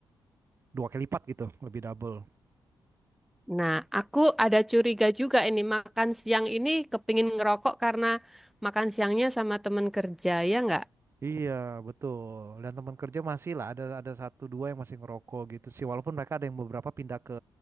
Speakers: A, on the right; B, in the centre.
A: dua kali lipat gitu, lebih double.
B: Nah, aku ada curiga juga ini makan siang ini kepingin ngerokok karena makan siangnya sama teman kerja, ya nggak?
A: Iya, betul. Dan teman kerja masih lah ada ada satu dua yang masih ngerokok gitu sih. Walaupun mereka ada yang beberapa pindah ke